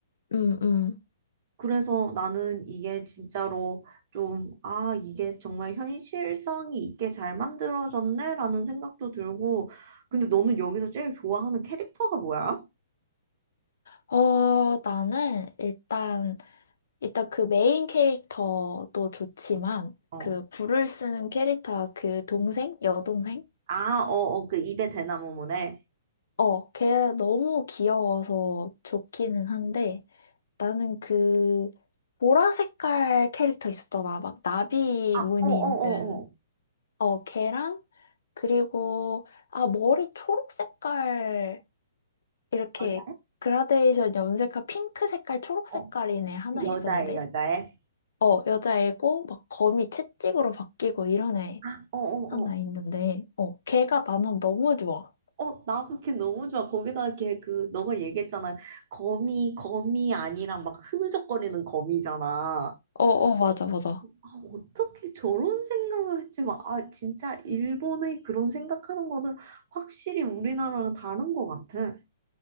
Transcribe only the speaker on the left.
응, 응.
어, 나는 일단, 일단 그 메인 캐릭터도 좋지만,
그 불을 쓰는 캐릭터 그 동생? 여동생?
어, 걔 너무 귀여워서 좋기는 한데, 나는 그 보라 색깔 캐릭터 있었잖아. 막 나비
무늬
있는
어 걔랑 그리고 아 머리 초록 색깔 이렇게
그라데이션 염색한 핑크 색깔 초록
색깔인 애 하나
있었는데
어 여자애고 막 검이 채찍으로 바뀌고 이런 애
하나
있는데 어 걔가 나는 너무 좋아.
어 어 맞아 맞아.